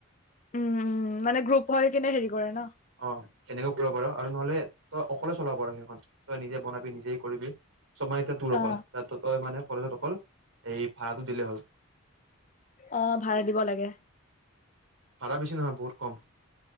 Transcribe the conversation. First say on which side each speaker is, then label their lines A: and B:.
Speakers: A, on the left (about 35°); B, on the right (about 75°).
A: উম উম মানে গ্ৰুপ হৈ কিনে হেৰি কৰে ন
B: অ সেনেকে কৰিব পাৰ আৰু নহলে। তই অকলে চলাব পাৰ সেইখন। তই নিজে বনাবি নিজে কৰিবি? চব মানে এতিয়া তোৰ অকল
A: অ
B: তাত তই মানে। কলেজত অকল এই ভাড়াটো দিলেই হ'ল।
A: অ ভাড়া দিব লাগে।
B: ভাৰা বেছি নহয় বহুত কম।